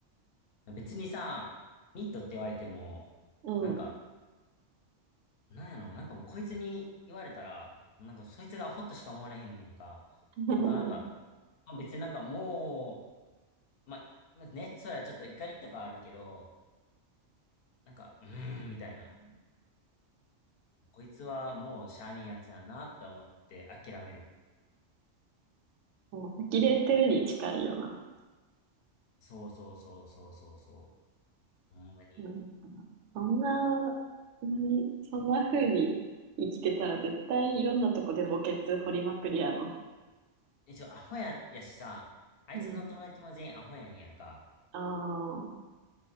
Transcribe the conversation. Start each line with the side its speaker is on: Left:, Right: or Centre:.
Left: あ。別にさ、ニットって言われても、
Right: うん。
Left: なんか、なんやろ、なんかもうこいつに言われたら、もうなんかそいつがアホっとしか思われへんねんやんか。
Right: <laughs>
Left: なんか、なんか、まあ別になんかもう、まあ、まあね、そりゃちょっと怒りとかあるけど、なんか、うーん、みたいな。こいつはもうしゃあねえやつやなって思って諦める。
Right: もう、呆れてるに近いよな。
Left: そうそうそうそうそうそう。ほんまに。
Right: うんそんな、何そんな風に生きてたら絶対いろんなとこで墓穴掘りまくりやろ。
Left: 一応アホや、やしさ、あいつの友達も全員アホやねんやんか。
Right: うん。ああ、は